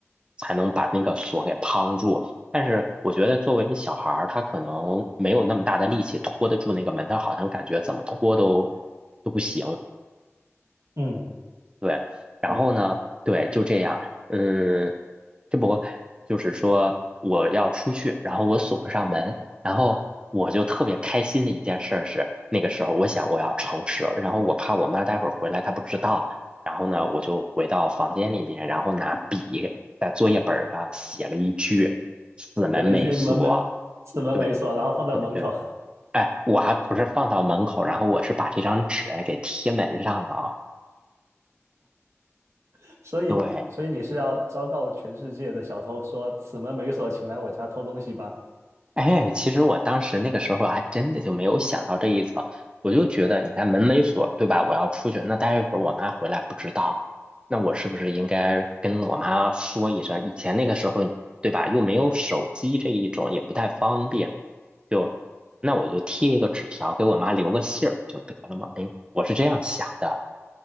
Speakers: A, on the right (about 20°); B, on the right (about 70°).
A: 才能把那个锁给夯住。但是我觉得作为小孩儿，他可能没有那么大的力气拖得住那个门，他好像感觉怎么拖都都不行。
B: 嗯，
A: 对，然后呢，
B: 然后
A: 对，就这样，嗯，这不就是说我要出去，然后我锁不上门，然后我就特别开心的一件事儿是，那个时候我想我要诚实，然后我怕我妈待会儿回来她不知道，然后呢，我就回到房间里面，然后拿笔在作业本儿上写了一句“此门没锁”，
B: 写了一句门没此门没锁，
A: 对
B: 然后放在门口，
A: 对对，哎，我还不是放到门口，然后我是把这张纸给贴门上了啊，
B: <laughs> 所以所以你是要昭告全世界的小偷说，
A: 对。
B: 此门没锁，请来我家偷东西吧？
A: 哎，其实我当时那个时候还真的就没有想到这一层，我就觉得你看门没锁，对吧？我要出去，那待一会儿我妈回来不知道，那我是不是应该跟我妈说一声？以前那个时候，对吧？又没有手机这一种，也不太方便，就那我就贴一个纸条给我妈留个信儿不就得了吗？哎，我是这样想的。